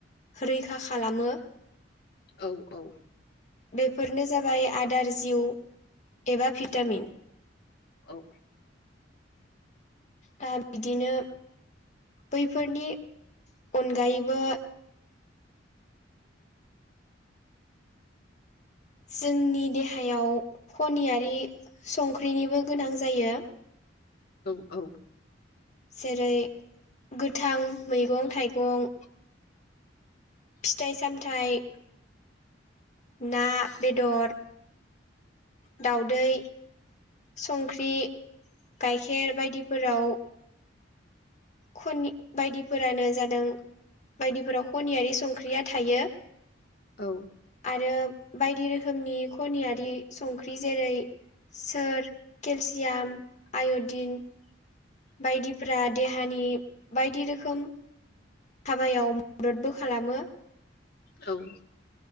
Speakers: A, on the left; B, on the left.
A: रैखा खालामो
B: औ औ
A: बेफोरनो जाबाय आदार जिउ एबा भिटामिन
B: औ
A: दा बिदिनो बैफोरनि अनगायैबो जोंनि देहायाव खनियारि संख्रिनिबो गोनां जायो
B: औ औ
A: जेरै गोथां मैगं थाइगं फिथाइ सामथाइ ना, बेदर दाउदै, संख्रि, गाइखेर बायदिफोराव खनि बायदिफोरानो जादों बायदिफोराव खनियारि संख्रिया थायो।
B: औ
A: आरो बायदि रोखोमनि खनियारि संख्रि जेरै सोर, केलसियाम, आय'दिन बायदिफ्रा देहानि बायदि रोखोम हाबायाव मददबो खालामो
B: औ